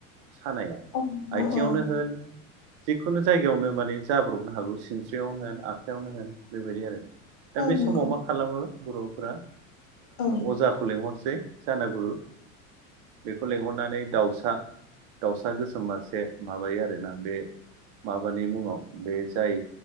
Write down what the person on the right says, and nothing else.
सानाया
आथिङावनो
होन जिखुनु जायगायावनो माने जाब्रबनो हागौ सिनस्रियावनो होन आखायावनो होन बेबायदि आरो दा
बे
समाव मा खालामो बर'फोरा
अजाखौ लिंहरसै जानागुरु बेखौ लिंहरनानै दाउसा दाउसा गोसोम मासे बे माबायो आरोना बे माबानि मुङाव बे जाय